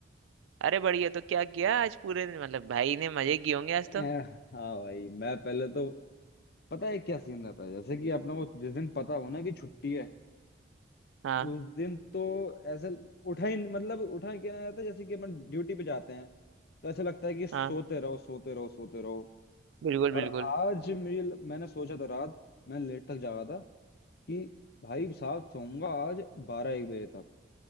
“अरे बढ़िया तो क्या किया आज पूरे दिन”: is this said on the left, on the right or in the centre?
Right